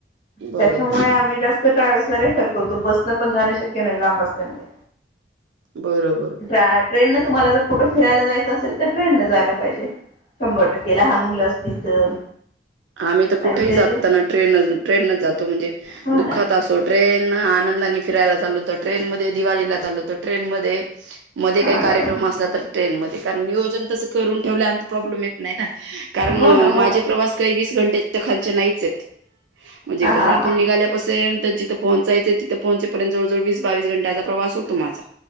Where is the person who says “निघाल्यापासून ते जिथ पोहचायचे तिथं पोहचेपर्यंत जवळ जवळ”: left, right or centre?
Right